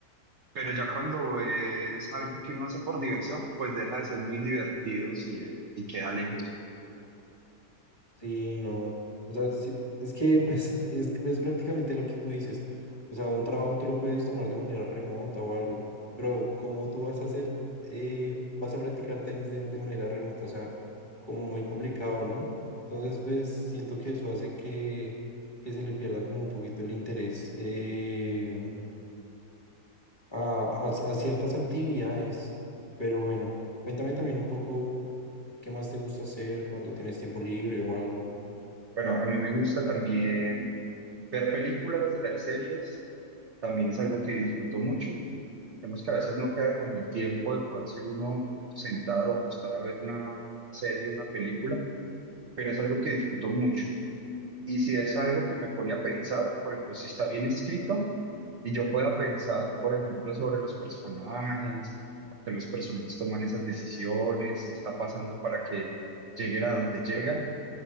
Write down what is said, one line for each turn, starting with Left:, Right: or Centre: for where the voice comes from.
Right: pero ya cuando es algo que uno hace por diversión, pues deja de ser muy divertido si, eh, si queda lejos.
Left: Sí, no. O sea, sí, es que <laughs> pues, es, que es prácticamente lo que tú dices. O sea, un trabajo tú lo puedes tomar de manera remota o algo, pero ¿cómo tú vas a hacer, eh, vas a practicar tenis de, de manera remota? O sea, como muy complicado, ¿no? Entonces, pues siento que eso hace que, que se le pierda como un poquito el interés eh, a, a a ciertas actividades. Pero bueno, cuéntame también un poco qué más te gusta hacer cuando tienes tiempo libre o algo.
Right: Pero a mí me gusta también ver películas, ver series, también es algo que disfruto mucho. Vemos que a veces no queda como el tiempo de poderse uno sentar o acostar a ver una serie, una película, pero es algo que disfruto mucho. Y si es algo que me pone a pensar, por ejemplo, si está bien escrito y yo pueda pensar, por ejemplo, sobre los personajes, por qué los personajes toman esas decisiones, qué está pasando para que lleguen a donde llegan,